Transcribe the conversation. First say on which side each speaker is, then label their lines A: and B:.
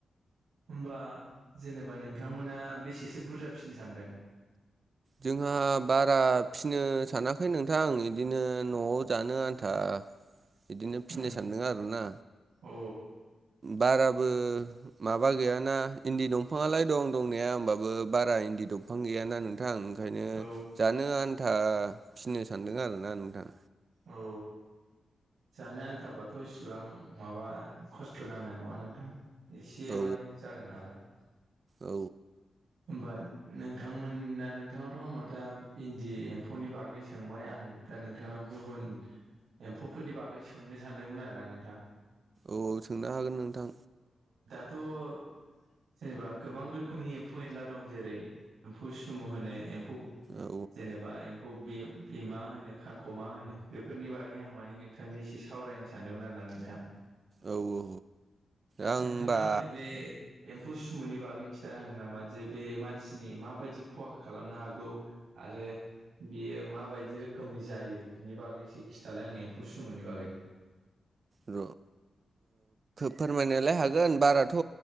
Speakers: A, on the right; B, on the right.
A: होमबा जेनेबा नोंथांमोना बेसेसो बुरजा फिसिनो सानदों?
B: जोंहा बारा फिसिनो सानाखै नोंथां आं बिदिनो न'आव जानो आन्था बिदिनो फिनो
A: उम
B: सानदों आरोना
A: औ
B: बाराबो माबा गैयाना इन्दि दंफाङालाय दं दंनाया होमबाबो बारा इन्दि दंफां गैयाना नोंथां। नोंथां ओंखायनो
A: औ
B: जानो आन्था फिनो सानदों आरोना नोंथां
A: औ जानो आनथाबाथ' इसिबां माबा खस्थ' नांनाय नङा नोंथां एसेबानो
B: औ
A: जागोन नालाय
B: औ
A: होमबा नोंथांमोना नोंथाङावाथ' आंनाव दा इन्दि एम्फौनि बागै सोंबाय आं दा नोंथांनाव गुबुन एम्फौफोरनि बागै सोंनो सानदोंमोन आरो ना नोंथां
B: औ सोंनो हागोन नोंथां।
A: थ' जेनेबा गोबां रोखोमनि एमफौ-एनला दं जेरै एमफौ सुमु होनो एमफौ
B: औ
A: जेनेबा एम फौ बे‌ बेमा होनो खांख'मा होनो बेफोरनि बागै आं माने नोंथांजों एसे सावरायनो सानदोंमोन आरो। दा नोंथां
B: औ औ आं
A: नोंथाङा
B: होमबा
A: आंनो बे एमफौ सुमुनि बागै खिथानो हागोन नामा जे बे मानसिनि माबायदि ख'हा खालामनो हागौ आरो। बेयो माबायदि रोखोमनि जायो बिनि बागै एसे खिथालाय आंनो एमफौ सुमुनि बागै?
B: र फोरमायनोलाय हागोन बाराथ'